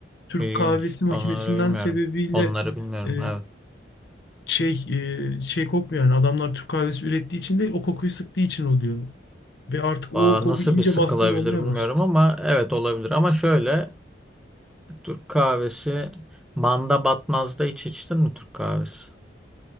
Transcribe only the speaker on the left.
Türk
kahvesi makinesinden
sebebiyle
e,
şey e, şey kokmuyor yani. Adamlar Türk kahvesi ürettiği için değil, o kokuyu sıktığı için oluyor. Ve artık
o koku
iyice
baskın olmaya
başladı.